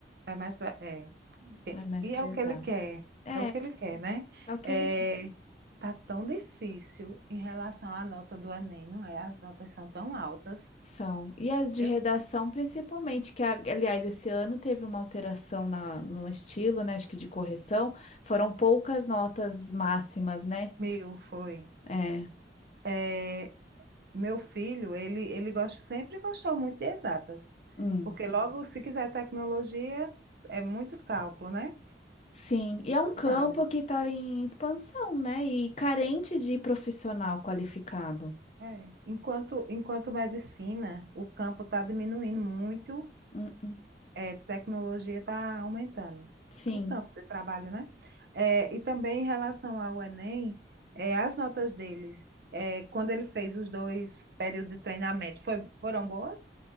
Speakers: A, on the right; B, on the left.
A: É mais pra, é. Te-
B: Vai mais
A: E
B: para
A: é o
B: exatas.
A: que ele quer,
B: É,
A: é o que ele quer, né?
B: é o que
A: É,
B: ele
A: tá tão difícil em relação à nota do Enem, não é? As notas são tão altas.
B: São. E as de
A: Meu,
B: redação, principalmente, que, a- aliás, esse ano teve uma alteração na, no estilo, né? Acho que de correção. Foram poucas notas máximas, né?
A: meu foi.
B: É.
A: É, meu filho, ele, ele gosta, sempre gostou muito de exatas,
B: Hum.
A: porque logo, se quiser tecnologia, é muito cálculo, né?
B: Sim. E é um
A: Tu
B: campo
A: sabe.
B: que está em expansão, né? E carente de profissional qualificado.
A: É. Enquanto, enquanto medicina, o campo está diminuindo muito,
B: Hum, hum.
A: é, tecnologia está aumentando.
B: Sim,
A: O campo de trabalho, né? É, e também em relação ao Enem, é, as notas deles, é, quando ele fez os dois períodos de treinamento, foi- foram boas?